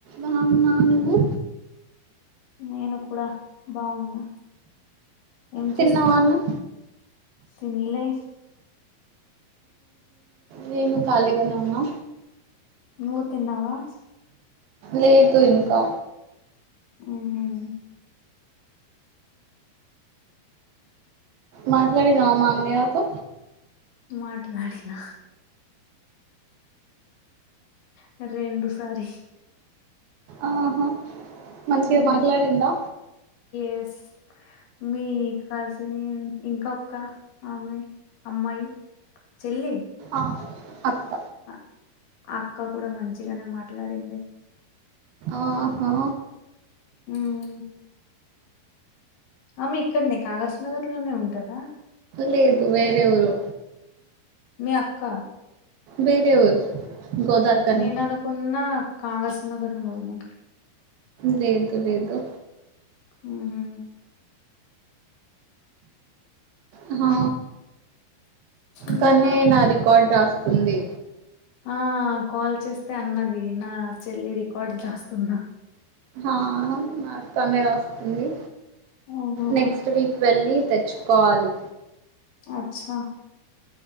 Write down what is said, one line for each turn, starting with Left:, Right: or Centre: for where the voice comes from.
Right: బాగున్నా నువ్వు
Left: నేను కూడా బాగున్నా ఏం
Right: తిన్నావా
Left: చేస్తున్నారు
Right: అన్నం
Left: తిన్లే
Right: నేను కాళీగానే ఉన్నా
Left: నువ్వు తిన్నావా
Right: లేదు ఇంకా
Left: ఉహుమ్
Right: మాట్లాడినవా మా అన్నయ్య తో
Left: మాట్లాడినా సరే అండి సారీ
Right: ఆహా మంచిగా
Left: ఉమ్
Right: మాట్లాడిండా
Left: ఎస్ మీ కజిన్ ఇంకొక్క ఆమె అమ్మాయి చెల్లి
Right: ఆ అక్క
Left: ఆ అక్క కూడా మంచిగానే మాట్లాడింది
Right: ఆహా
Left: హ్మ్ ఆమె ఇక్కడనే కాగస్ నగర్ లోనే ఉంటదా
Right: లేదు వేరే ఊరు
Left: మీ అక్క
Right: వేరే ఊరు గోదార్ కని
Left: నేను అనుకున్న కాగస్ నగర్ లోనే
Right: లేదు లేదు
Left: హ్మ్ హు
Right: ఆ
Left: ఇంకా
Right: తనే నా రికార్డ్ రాస్తుంది
Left: ఆ కాల్ చేస్తే అన్నది నా చెల్లి రికార్డు రాస్తున్న
Right: ఆ నాది తనే రాస్తుంది
Left: ఆహా
Right: నెక్స్ట్ వీక్ వెళ్ళి తె చ్చుకోవాలి
Left: అచ్చా